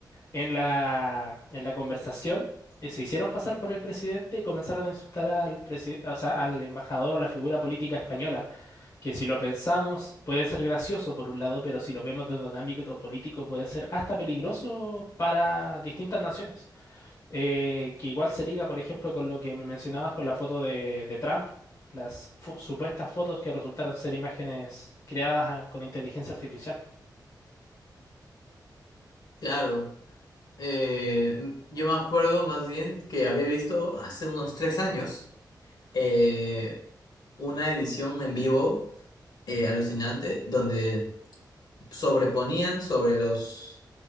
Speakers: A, on the left; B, on the left.
A: en la, en la conversación, eh, se hicieron pasar por el presidente y comenzaron a insultar al, presi- o sea, al embajador o la figura política española, que si lo pensamos puede ser gracioso por un lado, pero si lo vemos desde un ámbito político puede ser hasta peligroso para distintas naciones eh, que igual se liga, por ejemplo, con lo que me mencionabas con la foto de, de Trump, las fu- supuestas fotos que resultaron ser imágenes creadas a- con inteligencia artificial.
B: Claro, eh, m- yo me acuerdo más bien que había visto hace unos tres años eh, una edición en vivo eh, alucinante donde sobreponían sobre los,